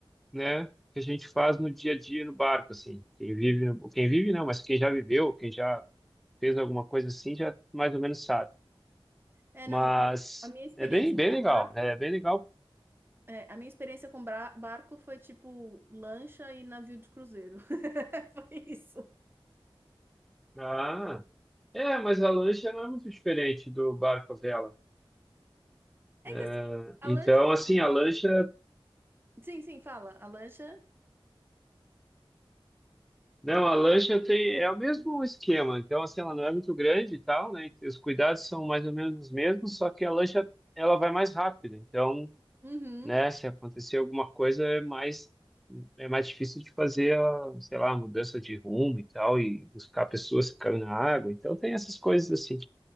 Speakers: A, in the centre; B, on the right.
A: né, que a gente faz no dia a dia no barco, assim. Quem vive, no- quem vive não, mas quem já viveu, quem já fez alguma coisa assim, já mais ou menos sabe.
B: É,
A: Mas
B: não, a minha experiência
A: é bem, bem
B: com
A: legal,
B: barco,
A: né? É bem legal.
B: é, a minha experiência com bra- barco foi tipo lancha e navio de cruzeiro. <laughs> Foi isso.
A: Ah, é, mas a lancha não é muito diferente do barco à vela.
B: É
A: É,
B: que assim, a
A: então,
B: lancha,
A: assim, a lancha
B: sim, sim, fala, a lancha,
A: Não, a lancha tem, é o mesmo esquema, então assim, ela não é muito grande e tal, né? Os cuidados são mais ou menos os mesmos, só que a lancha ela vai mais rápido, então,
B: uhum.
A: né, se acontecer alguma coisa é mais é mais difícil de fazer a, sei lá, a mudança de rumo e tal, e buscar pessoas que caem na água, então tem essas coisas assim,